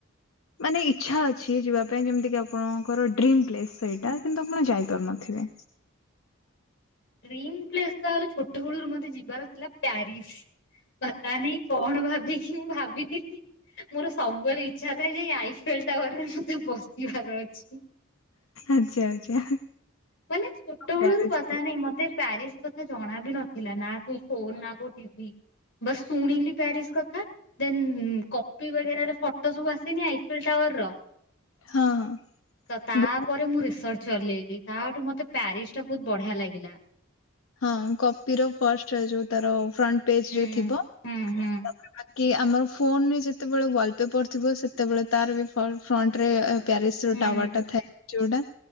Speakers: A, on the left (about 85°); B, on the left (about 60°).
A: ମାନେ ଇଚ୍ଛା ଅଛି ଯିବା ପାଇଁ ଯେମିତିକି ଆପଣଙ୍କର ଡ୍ରିମ୍ ପ୍ଲେସ୍ ସେଇଟା କିନ୍ତୁ ଆପଣ ଯାଇପାରୁନଥିବେ। ବେ।
B: ଡ୍ରିମ୍ ପ୍ଲେସ ତ ଛୋଟ ବେଳୁରୁ ମତେ ଯିବାର ଥିଲା ପ୍ୟାରିସ। ପତା ନାଇଁ କଣ ଭାବିକି ମୁଁ ଭାବିଥିଲି ମୋର ସବୁବେଳେ ଇଚ୍ଛା ଥାଏ ଯେ ଏଇ ଆଇସ ସେ ଟାୱାରରେ ମତେ ବସିବାର ଅଛି।
A: ଆଚ୍ଛା ଆଚ୍ଛା।
B: ମାନେ ଛୋଟ
A: ମ୍ୟାରେଜ୍
B: ବେଳୁରୁ ପତା
A: କୁ
B: ନାଇଁ ମତେ ପ୍ୟାରିସ କଥା ଜଣା ବି ନଥିଲା ନା କୋଉ ଫୋନ ନା କୋଉ ଟିଭି। ବସ୍ ଶୁଣିଲି ପ୍ୟାରିସ କଥା ଦେନ୍ କପିବଗେରା ରେ ଫଟୋ ସବୁ ଆସେନି ଆଇଫିଲ ଟାୱାର ର
A: ହଁ ହଁ
B: ତ ତାପରେ
A: ବହୁତ
B: ମୁଁ ରିସର୍ଚ୍ଚ ଚଲେଇଲି। ତା ଠୁ ମତେ ପ୍ୟାରିସ ଟା ବହୁତ ବଢିଆ ଲାଗିଲା।
A: ହଁ କପିର ଫଷ୍ଟ ରେ ଯୋଉ ତାର ଫ୍ରଣ୍ଟ ପେଜରେ
B: ହୁଁ
A: ଥିବ
B: ହୁଁ
A: ତାପରେ
B: ହୁଁ
A: ବାକି ଆମର ଫୋନରେ ଯେତେବେଳେ ୱାଲ ପେପର ଥିବ ସେତେବେଳେ ତାର ବି ଫ୍ରଣ୍ଟ ରେ ଏ ପ୍ୟାରିସର
B: ହୁଁ।
A: ଟାୱରଟା ଥାଏ ଯୋଉଟା।